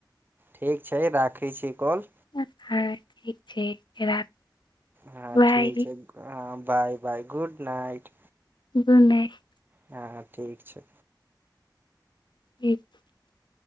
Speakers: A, on the right (about 25°); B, on the left (about 80°).
A: ठीक छै राखै छी कॉल
B: हँ ठीक छै फेर राखू
A: हँ
B: बाइ
A: ठीक छै हँ bye bye good night
B: good night
A: हँ हं ठीक छै
B: <unintelligible>